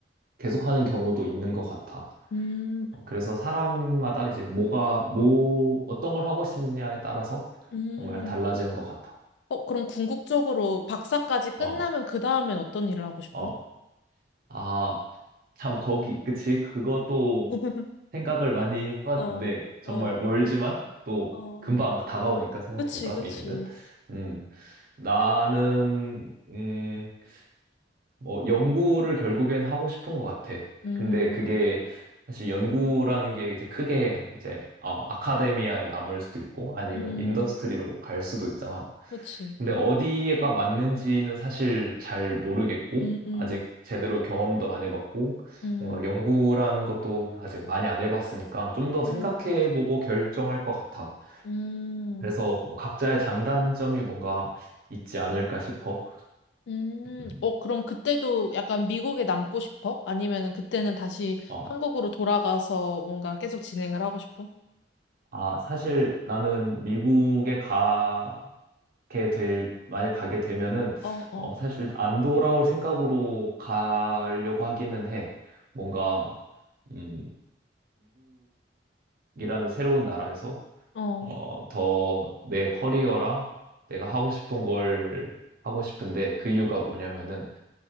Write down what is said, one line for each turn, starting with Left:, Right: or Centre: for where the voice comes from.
Right: 계속하는 경우도 있는 것 같아.
Left: 음,
Right: 어, 그래서 사람마다 이제 뭐가 뭐 어떤 걸 하고 싶냐에 따라서
Left: 음.
Right: 정말 달라지는 것 같아.
Left: 어, 그럼 궁극적으로 박사까지 끝나면
Right: 어,
Left: 그 다음엔 어떤 일을 하고 싶어?
Right: 어, 아, 참 거기 그치? 그것도
Left: <laughs>
Right: 생각을 많이 해봤는데
Left: 어,
Right: 정말
Left: 어,
Right: 멀지만 또
Left: 어.
Right: 금방 다가오니까 생각보다
Left: 그치, 그치.
Right: 미래는 음 나는 음 뭐 연구를 결국엔 하고 싶은 것 같아.
Left: 음,
Right: 근데 그게 사실 연구라는 게 이제 크게 이제 어, 아카데미아에 남을 수도 있고 아니면
Left: 음,
Right: 인더스트리로 갈 수도 있잖아.
Left: 그치.
Right: 근데 어디가 맞는지는 사실 잘 모르겠고
Left: 음, 음,
Right: 아직 제대로 경험도 안 해봤고
Left: 음,
Right: 뭔가 연구라는 것도 아직 많이 안 해봤으니까 좀 더 생각해보고
Left: 음,
Right: 결정할 것 같아.
Left: 음.
Right: 그래서 뭐 각자의 장단점이 뭔가 있지 않을까 싶어.
Left: 음,
Right: 음.
Left: 어, 그럼 그때도 약간 미국에 남고 싶어? 아니면은 그때는 다시
Right: 어.
Left: 한국으로 돌아가서 뭔가 계속 진행을 하고 싶어?
Right: 아, 사실 나는 미국에 가게 될, 만약 가게 되면은,
Left: 어, 어,
Right: 어, 사실 안 돌아올 생각으로 가려고 하기는 해. 뭔가, 음, 미국이라는 새로운 나라에서,
Left: 어,
Right: 어, 더 내 커리어랑 내가 하고 싶은 걸 하고 싶은데 그 이유가 뭐냐면은,